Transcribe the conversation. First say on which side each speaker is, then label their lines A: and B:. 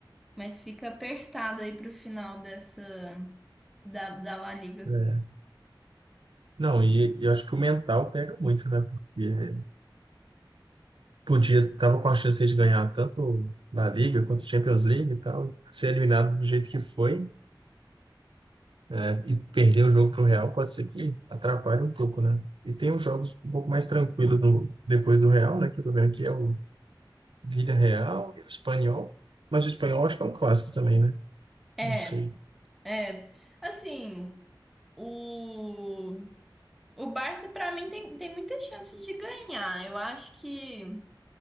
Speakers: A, in the centre; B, on the right (about 75°).
A: mas fica apertado aí pro final dessa. Da, da La Liga.
B: é. Não, e e eu acho que o mental pega muito, né? Porque podia, tava com a chance de ganhar tanto na Liga quanto Champions League e tal, ser eliminado do jeito que foi, é, e perder o jogo pro Real, pode ser que atrapalhe um pouco, né? E tem os jogos um pouco mais tranquilos no, depois do Real, né? Que eu tô vendo aqui é o Vila Real e o Espanhol. Mas o Espanhol acho que é um clássico também, né?
A: É,
B: Não sei.
A: é. Assim, o, o Barça, pra mim, tem, tem muita chance de ganhar. Eu acho que